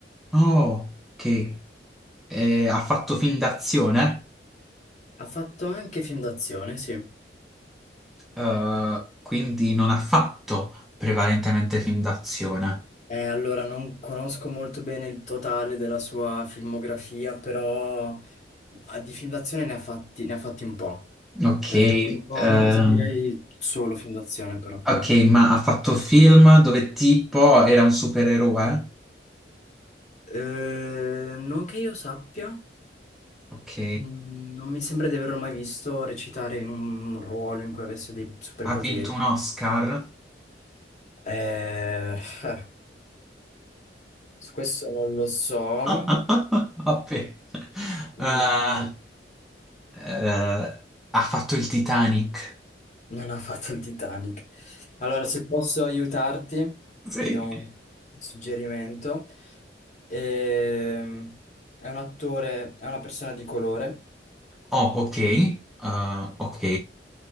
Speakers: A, in the centre; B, on the left.
A: Oh, ok. Eh, ha fatto film d'azione,
B: Ha fatto anche film d'azione, sì.
A: eh, quindi non ha fatto prevalentemente film d'azione.
B: Eh, allora, non conosco molto bene il totale della sua filmografia, però ah, di film d'azione ne ha fatti, ne ha fatti un po'.
A: Ok,
B: Ne
A: eh,
B: ha fatti un po', non ti direi solo film d'azione, però.
A: Ok, ma ha fatto film dove tipo era un supereroe?
B: Eh, non che io sappia.
A: Ok,
B: Mm, Non mi sembra di averlo mai visto recitare in un ruolo in cui avesse dei superpoteri.
A: ha vinto un Oscar?
B: Eh, <laughs> su questo non lo so.
A: <laughs> Vabbè. Eh,
B: Mm,
A: eh, ha fatto il Titanic?
B: non ha fatto il Titanic. Allora, se posso aiutarti,
A: Sì.
B: ti do un suggerimento. Ehm, è un attore, è una persona di colore
A: Oh, ok, eh, ok.